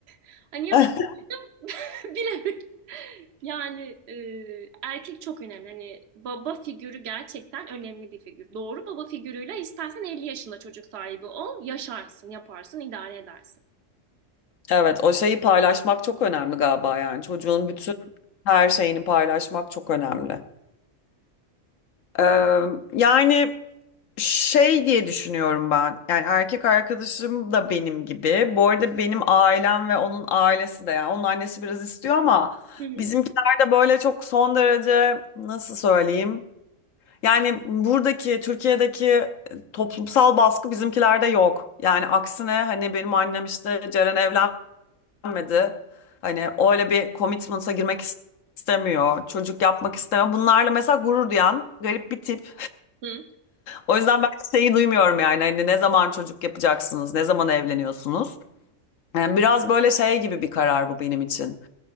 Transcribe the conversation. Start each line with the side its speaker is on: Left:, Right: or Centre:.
Right: <laughs> hani yap
Left: <laughs>
Right: <laughs> Bilemiyorum. Yani e, erkek çok önemli. Hani baba figürü gerçekten önemli bir figür. Doğru baba figürüyle istersen 50 yaşında çocuk sahibi ol, yaşarsın, yaparsın, idare edersin.
Left: Evet o şeyi paylaşmak çok önemli galiba yani çocuğun bütün her şeyini paylaşmak çok önemli. Ee, yani. Şey diye düşünüyorum ben. Yani erkek arkadaşım da benim gibi. Bu arada benim ailem ve onun ailesi de yani onun annesi biraz istiyor ama
Right: Hı hı.
Left: bizimkiler de böyle çok son derece nasıl söyleyeyim? Yani buradaki Türkiye'deki e, toplumsal baskı bizimkilerde yok. Yani aksine hani benim annem işte Ceren evlenmedi. Hani öyle bir commitment'a girmek istemiyor. Çocuk yapmak istemiyor. Bunlarla mesela gurur duyan garip bir tip.
Right: Hı
Left: O yüzden ben şeyi duymuyorum yani hani ne zaman çocuk yapacaksınız, ne zaman evleniyorsunuz? Yani biraz böyle şey gibi bir karar bu benim için.